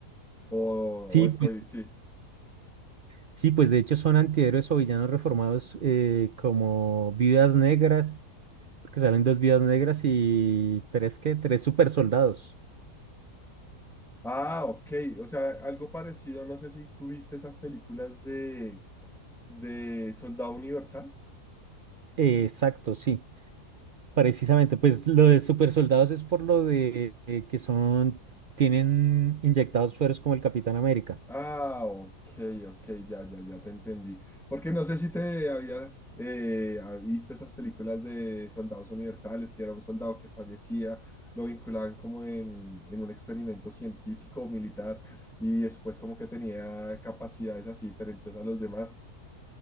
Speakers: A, in the centre; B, on the right.
A: O, o
B: Sí,
A: estoy,
B: pues,
A: sí.
B: sí, pues de hecho son antihéroes o villanos reformados eh, como viudas negras, porque salen dos viudas negras y tres que tres super soldados.
A: Ah, ok. O sea, algo parecido. No sé si tuviste esas películas de, de Soldado Universal.
B: exacto, sí. Precisamente, pues lo de super soldados es por lo de eh, que son, tienen inyectados sueros como el Capitán América.
A: Ah, ok, ok, ya, ya, ya te entendí. Porque no sé si te habías eh, ha- visto esas películas de soldados universales, que era un soldado que fallecía, lo vinculaban como en, en un experimento científico o militar y después como que tenía capacidades así diferentes a los demás,